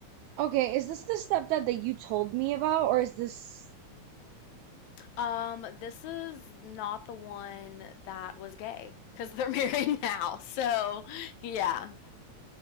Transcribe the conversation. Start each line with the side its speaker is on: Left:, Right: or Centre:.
Right: Okay, is this the stepdad that you told me about, or is this
Left: Um, this is not the one that was gay because they're <laughs> married now. So, yeah.